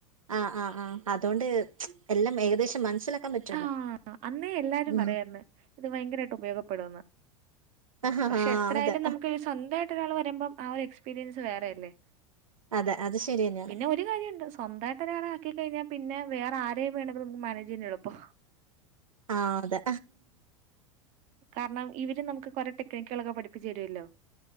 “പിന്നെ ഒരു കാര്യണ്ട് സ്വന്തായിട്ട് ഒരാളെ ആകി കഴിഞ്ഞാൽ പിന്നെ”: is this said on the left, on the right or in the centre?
Right